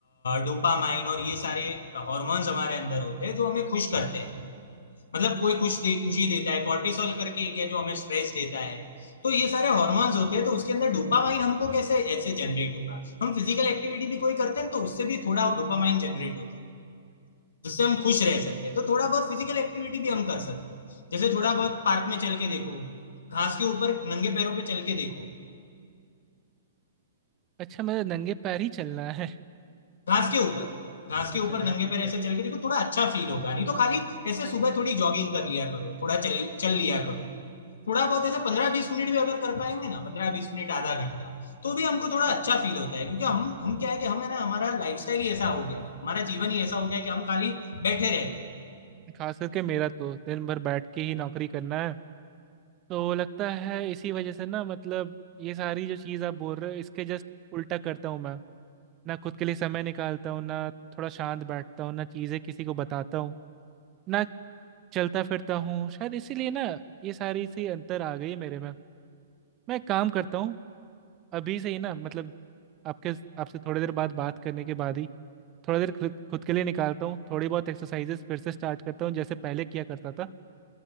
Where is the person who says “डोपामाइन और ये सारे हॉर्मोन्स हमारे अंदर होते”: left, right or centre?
Left